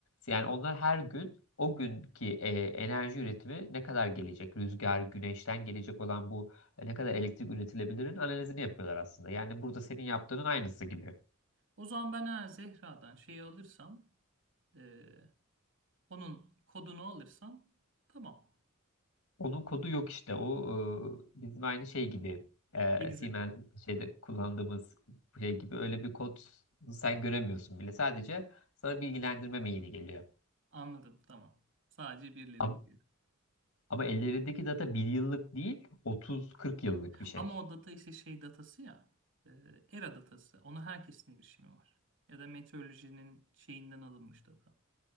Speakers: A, on the left; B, on the right.
A: Yani onlar her gün o günkü e, enerji üretimi ne kadar gelecek? Rüzgar, güneşten gelecek olan bu e, ne kadar elektrik üretilebilirin analizini yapıyorlar aslında. Yani burada senin yaptığının aynısı gibi.
B: O zaman ben eğer Zehra'dan şeyi alırsam, e, onun kodunu alırsam tamam.
A: Onun kodu yok işte. O e, bizim aynı şey gibi. E,
B: Ne güzel.
A: Siemens şeyde kullandığımız şey gibi öyle bir kod sen göremiyorsun bile. Sadece sana bilgilendirme maili geliyor.
B: Anladım, tamam. Sadece birileri
A: Ama,
B: biliyor.
A: ama ellerindeki data bir yıllık değil, 30-40 yıllık bir şey.
B: Ama o data işte şey datası ya, e, ERA datası. Ona herkesin erişimi var. Ya da meteorolojinin şeyinden alınmış data.